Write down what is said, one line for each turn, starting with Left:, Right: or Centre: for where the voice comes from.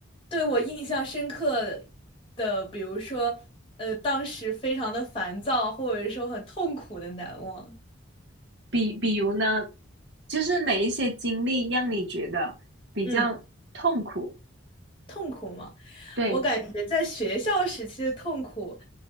Left: 对我印象深刻的，比如说呃当时非常的烦躁，或者说很痛苦的难忘，
Right: <laughs> 比比如呢，就是哪一些经历让你觉得比较痛苦？
Left: 嗯，痛苦吗？
Right: 对，
Left: 我感觉在学校时期的痛苦，